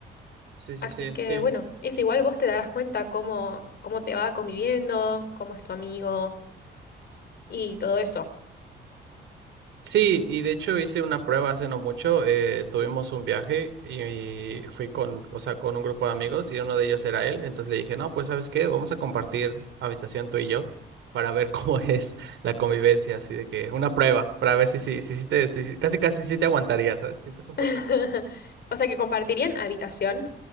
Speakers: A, on the right; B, on the left.
A: sí, sí,
B: Así
A: sí,
B: que
A: sí.
B: bueno, eso igual vos te darás cuenta cómo, cómo te va conviviendo, cómo es tu amigo y todo eso.
A: Sí, y de hecho hice una prueba hace no mucho. eh, tuvimos un viaje y fui con, o sea, con un grupo de amigos y uno de ellos era él. Entonces le dije, no, pues ¿sabes qué? Vamos a compartir habitación tú y yo para ver cómo <laughs> es la convivencia, así de que una prueba, para ver si, si, si, si te, si- si- casi casi si te aguantarías, ¿sabes? Si te soportarías.
B: <laughs> O sea que compartirían habitación.